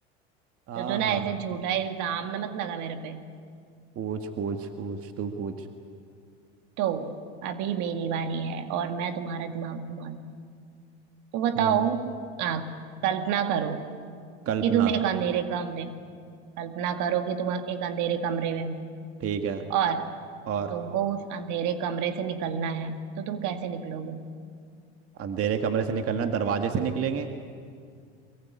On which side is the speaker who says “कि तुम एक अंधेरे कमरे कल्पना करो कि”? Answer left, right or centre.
Right